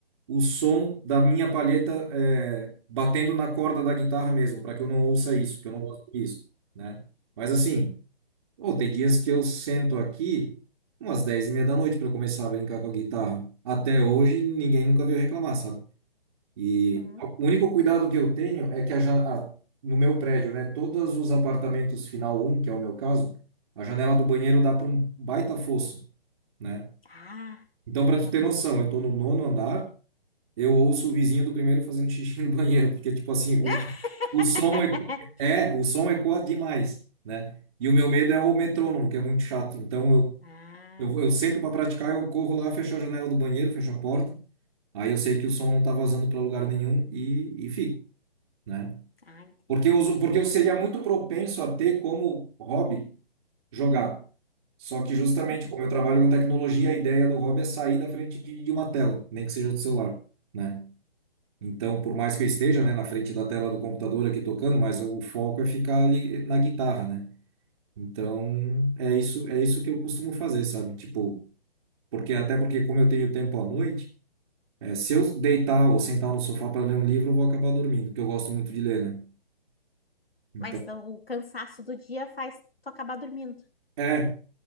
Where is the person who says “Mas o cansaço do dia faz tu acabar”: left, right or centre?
Left